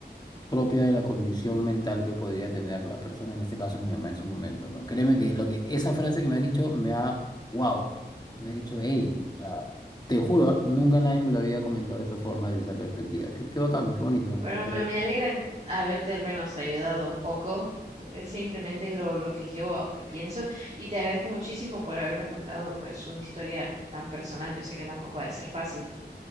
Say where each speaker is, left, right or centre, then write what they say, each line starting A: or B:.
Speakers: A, on the left; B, on the right.
A: propia de la condición mental que podría tener la persona, en este caso mi mamá en su momento, ¿no? Créeme que lo que esa frase que me has dicho me ha, wow, me ha dicho, hey, o sea, te juro, ¿ah? nunca nadie me lo había comentado de esa forma, desde esa perspectiva. Qué, qué bacán, qué bonito.
B: Bueno,
A: ¿verdad?
B: me, me alegra en haberte al menos ayudado un poco. eh, Es simplemente lo, lo que yo ah, pienso y te agradezco muchísimo por haberme contado pues una historia tan personal. Yo sé que tampoco ha de ser fácil.